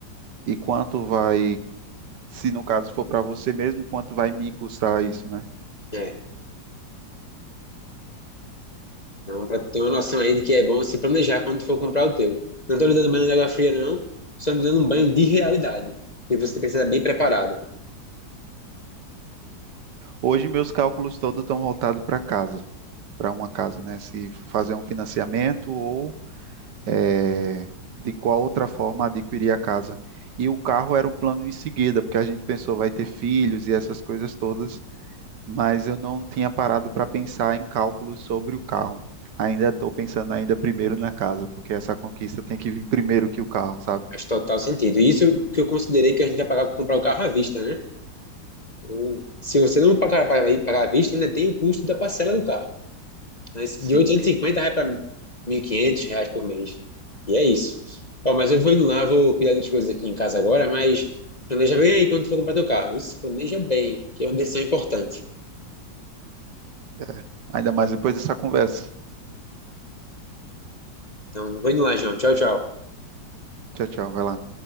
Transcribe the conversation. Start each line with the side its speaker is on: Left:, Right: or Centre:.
Right: e quanto vai, se no caso for para você mesmo, quanto vai me custar isso, né?
Left: É, então para ter uma noção aí de que é bom se planejar quando for comprar o teu. Não estou lhe dando banho de água fria, não, só lhe dando um banho de realidade. E você precisa estar bem preparado.
Right: Hoje meus cálculos todos estão voltados para casa, para uma casa, né? Se fazer um financiamento ou é, de qual outra forma adquirir a casa. E o carro era um plano em seguida, porque a gente pensou vai ter filhos e essas coisas todas. mas eu não tinha parado para pensar em cálculos sobre o carro. Ainda estou pensando ainda primeiro na casa, porque essa conquista tem que vir primeiro que o carro, sabe?
Left: Faz total sentido. E Isso que eu considerei que a gente vai pagar comprar o carro à vista, né? Ou, se você não pagar, pagar, pagar à vista, ainda tem o custo da parcela do carro. né? Esse
Right: Sim,
Left: De 850 reais para 1.500 reais por mês. E é isso. Ó, mas eu vou indo lá, vou cuidar das coisas aqui em casa agora, mas planeja bem aí quando tu for comprar teu carro. Isso, planeja bem, que é uma decisão importante.
Right: é. Ainda mais depois dessa conversa.
Left: Então, vou indo lá, João. Tchau, tchau.
Right: Tchau, tchau, vai lá.